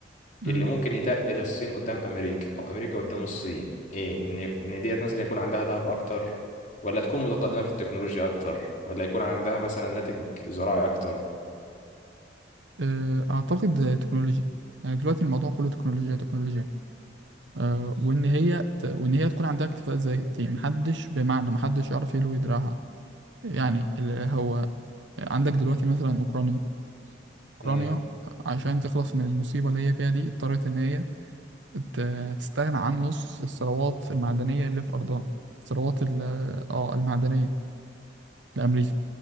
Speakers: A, on the right; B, on the left.
A: مم.
B: اللي ممكن يتقل الصين قدام أمريكا أو أمريكا قدام الصين إيه إن إن ديت مثلا يكون عندها ذهب أكتر ولا تكون متقدمة في التكنولوجيا أكتر ولا يكون عندها مثلا ناتج زراعي أكتر
A: آه، أعتقد آه، تكنولوجيا يعني دلوقتي الموضوع كله تكنولوجيا تكنولوجيا آه، وإن هي ت... وإن هي تكون عندها اكتفاء ذاتي محدش بمعنى محدش يعرف يلوي دراعها يعني ال- هو عندك دلوقتي مثلا أوكرانيا أوكرانيا
B: امم
A: عشان تخلص من المصيبة اللي هي فيها دي اضطرت إن هي ت- تستغنى عن نص الثروات المعدنية اللي في أرضها الثروات ال- اه المعدنية لأمريكا